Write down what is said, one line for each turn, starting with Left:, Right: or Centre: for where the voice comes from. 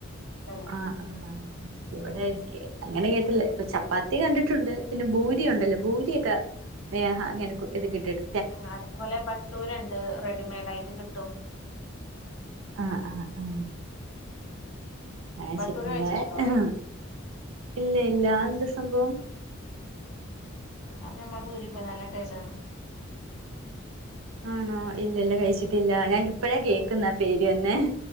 Left: <unintelligible> ല്ലോ
Right: ആഹ്
Left: ഉം
Right: ആഹ് ഇവിടെ എനിക്ക് അങ്ങനെ കേട്ട്ല്ല. ഇപ്പൊ ചപ്പാത്തി കണ്ടിട്ടുണ്ട് പിന്നെ ഭൂരി ഉണ്ടല്ലോ ഭൂരിയൊക്കെ നേഹ അങ്ങനെ <unintelligible> ക്ക് ഇത് കെട്ടിട്ട്
Left: ആഹ് അതുപോലെ ബട്ടൂര് ഇണ്ട്. റെഡിമെയഡായിട്ട് കിട്ടും
Right: ആഹ്ആഹ് ആഹ് അയ്ശെ
Left: ബട്ടൂര്
Right: ഇവിടെഹ്
Left: കഴിച്ചിട്ടുണ്ടോ
Right: ഇല്ല ഇല്ല അത് എന്താ സംഭവം?
Left: ആഹ് അത് നമ്മള് പൂരി പോലെ നല്ല ടേസ്റ്റ് ആണ്
Right: ആണോ ഇല്ല ഇല്ല കഴിച്ചിട്ടില്ല. ഞാൻ ഇപ്പെഴാ കേക്കുന്നെ പേര് എന്നെ